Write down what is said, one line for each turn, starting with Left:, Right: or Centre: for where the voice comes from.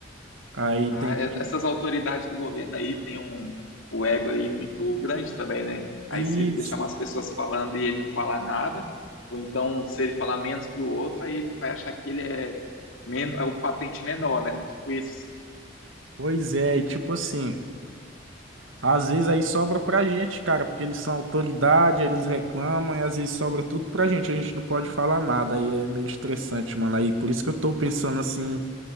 Right: Aí
Left: Ah,
Right: tem que
Left: e- essas autoridades do governo aí têm um, o ego aí muito grande também, né? Aí
Right: ir.
Left: se ele deixar umas pessoas falando e ele não falar nada, ou então se ele falar menos que o outro, aí ele vai achar que ele é, men é o patente menor, né? Tipo isso.
Right: Pois é, e tipo assim, às vezes aí sobra pra gente, cara, porque eles são autoridade, eles reclamam, e às vezes sobra tudo pra gente, a gente não pode falar nada, aí é meio estressante, mano. Aí por isso que eu tô pensando assim